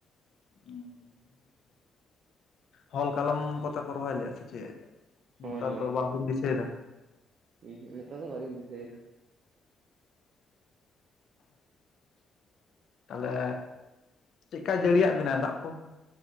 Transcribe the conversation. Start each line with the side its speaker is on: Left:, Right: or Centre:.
Left: ᱚᱸ ᱦᱚᱞ ᱠᱟᱞᱚᱢ ᱠᱚᱛᱮ ᱠᱚ ᱨᱚᱦᱚᱭ ᱞᱮᱜ-ᱟ ᱥᱮ ᱪᱮᱫ
Right: ᱦᱳᱭ
Left: ᱱᱮᱛᱟᱨ ᱫᱚ ᱵᱟᱢ ᱵᱤᱱ ᱫᱤᱥᱟᱹᱭ ᱫᱟ?
Right: ᱦ ᱱᱮᱛᱟ ᱫᱚ ᱵᱟᱞᱤᱧ ᱫᱤᱥᱟᱭ ᱫᱟ᱾
Left: ᱛᱟᱞᱮ ᱪᱮᱜ ᱠᱟᱭ ᱡᱟᱹᱲᱤᱭᱟᱜ ᱵᱮᱱᱟ ᱫᱟᱜ ᱠᱚ?